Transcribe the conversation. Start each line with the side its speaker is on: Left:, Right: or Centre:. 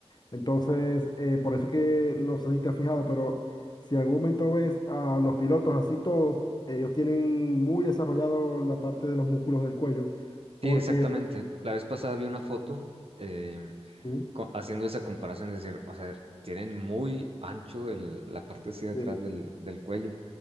Left: Entonces, eh, por eso es que no sé si te has fijado, pero si en algún momento ves a los pilotos así todos, ellos tienen muy desarrollado la parte de los músculos del cuello,
Right: Sí,
Left: porque...
Right: exactamente. La vez pasada vi una foto. eh,
Left: Sí,
Right: co- haciendo esa comparación, es decir, o sea, tienen muy ancho el- la parte así de atrás
Left: sí,
Right: del, del cuello.